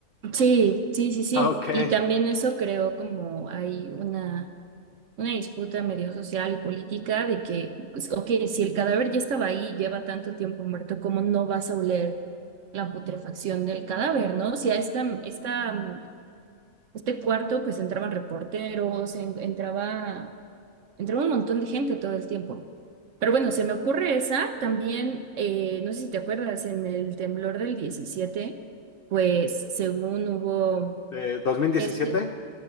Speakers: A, on the right; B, on the left.
A: Sí, sí, sí, sí.
B: Ah, ok.
A: Y también eso creó como hay una, una disputa medio social y política de que, pues, ok, si el cadáver ya estaba ahí y lleva tanto tiempo muerto, ¿cómo no vas a oler la putrefacción del cadáver, no? Si a esta, esta, mm, este cuarto pues entraban reporteros, en- entraba, entraba un montón de gente todo el tiempo. Pero bueno, se me ocurre esa. También, eh, no sé si te acuerdas, en el temblor del 17, pues según hubo
B: ¿De dos mil diecisiete
A: este,